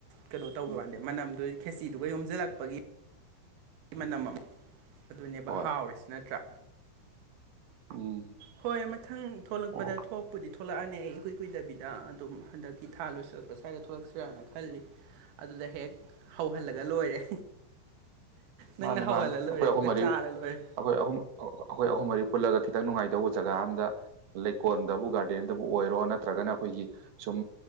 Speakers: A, on the right; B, on the right.
A: ꯀꯩꯅꯣ ꯇꯧꯕ
B: ꯎꯝ
A: ꯋꯥꯥꯟꯗꯦ ꯃꯅꯝꯗꯨ ꯈꯦꯁꯤꯗꯨꯒ ꯌꯣꯝꯁꯤꯜꯂꯛꯄꯒꯤ ꯃꯅꯝ ꯑꯗꯨꯅꯦꯕ
B: ꯍꯣꯏ
A: ꯍꯥꯎꯔꯤꯁꯤ ꯅꯠꯇ꯭ꯔꯥ
B: ꯎꯝ
A: ꯍꯣꯏ ꯃꯊꯪ ꯊꯣꯛꯂꯛꯄꯗ
B: ꯑꯣ
A: ꯊꯣꯛ ꯄꯨꯗꯤ ꯊꯣꯛꯂꯛꯑꯅꯤ ꯑꯩ ꯏꯀꯨꯏ ꯀꯨꯏꯗꯕꯤꯗ ꯑꯗꯨꯝ ꯍꯟꯗꯛꯀꯤ ꯊꯥ ꯂꯣꯏꯁꯤꯜꯂꯛꯄ ꯁ꯭ꯋꯥꯏꯗ ꯊꯣꯛꯂꯛꯁꯤꯔꯥꯅ ꯈꯜꯂꯤ ꯑꯗꯨꯗ ꯍꯦꯛ ꯍꯧꯍꯜꯂꯒ ꯂꯣꯏꯔꯦ ꯅꯪꯅ
B: ꯃꯥꯅꯦ
A: ꯍꯧꯍꯜꯂ
B: ꯃꯥꯅꯦ
A: ꯂꯣꯏꯔꯦ
B: ꯑꯩꯈꯣꯏ ꯑꯍꯨꯝ
A: ꯑꯗꯨꯒ
B: ꯃꯔꯤ
A: ꯆꯥꯔ
B: ꯑꯩꯈꯣꯏ
A: ꯂꯣꯏꯔꯦ
B: ꯑꯍꯨꯝ ꯑꯩꯈꯣꯏ ꯑꯍꯨꯝ ꯃꯔꯤ ꯄꯨꯜꯂꯒ ꯈꯤꯇꯪ ꯅꯨꯡꯉꯥꯏꯗꯧꯕ ꯖꯒꯥ ꯑꯝꯗ ꯂꯩꯀꯣꯜꯗꯕꯨ ꯒꯥꯔꯗꯦꯟꯗꯕꯨ ꯑꯣꯏꯔꯣ ꯅꯠꯇ꯭ꯔꯒꯅ ꯑꯩꯈꯣꯏꯒꯤ ꯁꯨꯝ